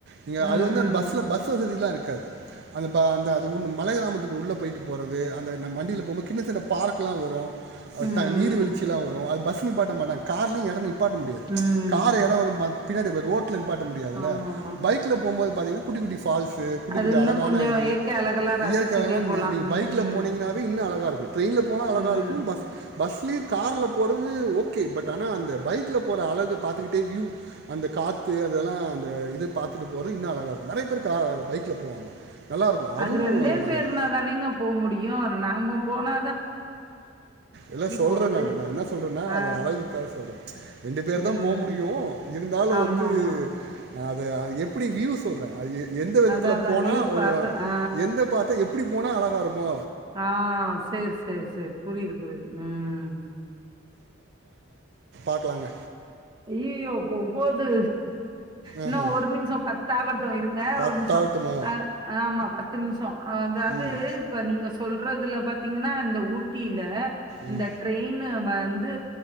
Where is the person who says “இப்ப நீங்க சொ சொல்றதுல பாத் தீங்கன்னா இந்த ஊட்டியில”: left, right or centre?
Right